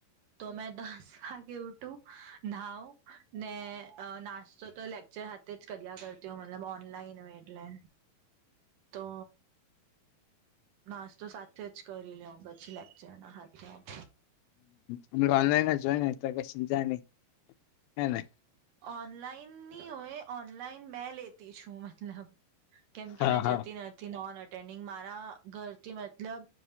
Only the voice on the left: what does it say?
ત અઓનલાઇની જો તો કશ જાને હેને.
હા
હા